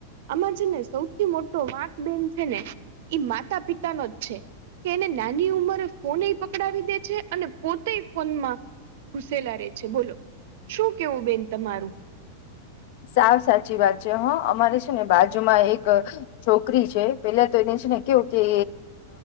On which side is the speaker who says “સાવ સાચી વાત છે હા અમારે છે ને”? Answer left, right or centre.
Left